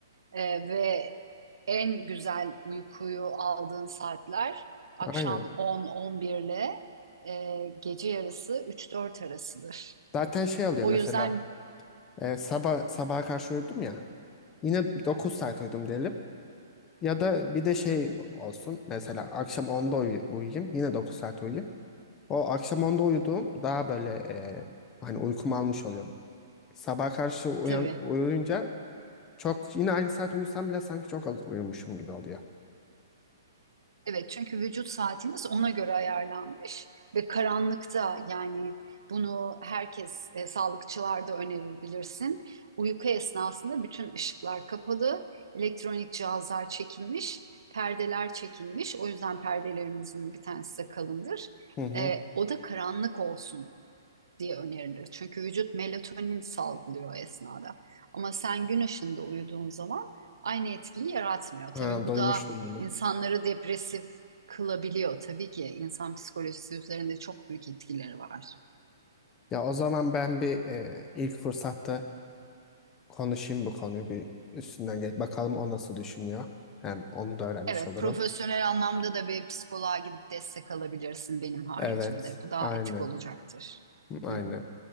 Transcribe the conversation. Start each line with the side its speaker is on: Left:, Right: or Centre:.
Right: E, ve en güzel uykuyu aldığın saatler akşam
Left: aynen.
Right: on 11 ile e, gece yarısı üç dört arasıdır.
Left: Zaten şey oluyor
Right: O
Left: mesela
Right: yüzden
Left: e, sabah sabaha karşı uyudum ya yine 9 saat uyudum diyelim. Ya da bir de şey olsun mesela akşam onda uy- uyuyayım yine 9 saat uyuyayım. O akşam onda uyuduğum Daha böyle e, hani uykum almış oluyor. Sabah karşı uyan,
Right: tabii.
Left: uyuyunca çok yine aynı saat uyusam bile sanki çok az uyumuşum gibi oluyor.
Right: Evet çünkü vücut saatimiz ona göre ayarlanmış ve karanlıkta yani bunu herkes e, sağlıkçılar da önerir bilirsin. Uyku esnasında bütün ışıklar kapalı, elektronik cihazlar çekilmiş, perdeler çekilmiş. O yüzden perdelerimizin bir tanesi de kalındır.
Left: Hı hı.
Right: E, oda karanlık olsun diye önerilir. Çünkü vücut melatonin salgılıyor o esnada. Ama sen gün ışığında uyuduğun zaman aynı etkiyi yaratmıyor.
Left: Ha,
Right: Tabii bu
Left: duymuştum
Right: da
Left: bunu.
Right: insanları depresif kılabiliyor. Tabii ki insan psikolojisi üzerinde çok büyük etkileri var.
Left: Ya o zaman ben bir e, ilk fırsatta konuşayım bu konuyu bir üstünden geç. Bakalım o nasıl düşünüyor. Hem onu da öğrenmiş
Right: Evet,
Left: olurum.
Right: profesyonel anlamda da bir psikoloğa gidip destek alabilirsin benim haricimde.
Left: Evet,
Right: Bu daha
Left: aynı,
Right: etik olacaktır.
Left: aynı.
Right: Hı hı,